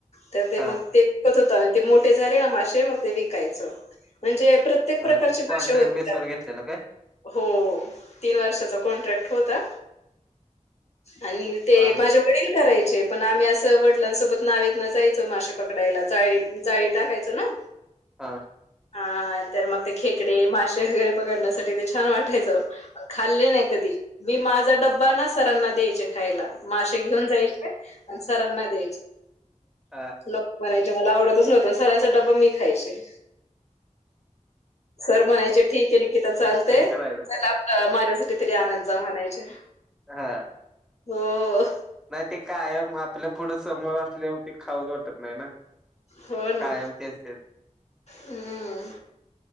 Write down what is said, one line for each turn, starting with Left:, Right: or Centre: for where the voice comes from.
Left: तर ते
Centre: हा
Left: मग ते विकत होतं आणि ते मोठे झाले ना माशे मग ते विकायचं म्हणजे प्रत्येक प्रत्येक प्रकारचे
Centre: हा
Left: मासे
Centre: कॉन्ट्रॅक्ट
Left: होते
Centre: बेसवर
Left: त्यात
Centre: घेतलेलं काय
Left: हो तीन वर्षाचा कॉन्ट्रॅक्ट होता आणि ते
Centre: हा
Left: माझे वडील करायचे पण आम्ही असं वडिलांसोबत नावेत नं जायचो मासे पकडायला जाळी जाळी टाकायचं ना
Centre: हा
Left: हा तर मग ते खेकडे, माशे पकडण्यासाठी ते छान वाटायचं खाल्ले नाही कधी. मी माझा डब्बा ना सरांना द्यायचे खायला, मासेे घेऊन जायचे आणि सरांना द्यायचे.
Centre: हा
Left: नको म्हणायचे मला आवडतच नव्हतं सरांचा डबा मी खायचे. सर म्हणायचे ठीक आहे इथ चालतंय
Centre: एक्सचेंज करायचं
Left: चला माझ्यासाठी तरी आणत जा म्हणायचे.
Centre: हा
Left: हो
Centre: नाही ते, कायम आपल्या पुढं समोर असल्यावरती खाऊचं वाटत नाही ना
Left: हो ना
Centre: कायम तेच तेच
Left: हम्म